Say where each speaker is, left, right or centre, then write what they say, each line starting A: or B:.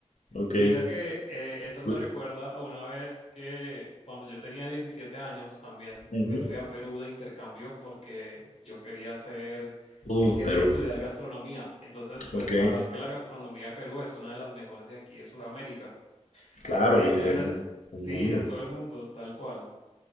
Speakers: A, on the left; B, on the left.
A: ok.
B: Mira que eh, eso me
A: Tú-
B: recuerda a una vez que cuando yo tenía 17 años también
A: ujú.
B: me fui a Perú de intercambio porque yo quería hacer, eh,
A: Uf,
B: quería
A: Perú.
B: estudiar gastronomía, entonces pues
A: Ok,
B: sabrás que la gastronomía de Perú es una de las mejores de aquí de Sudamérica.
A: claro,
B: Entonces,
A: y de mu-
B: sí,
A: del mundo.
B: de todo el mundo, tal cual.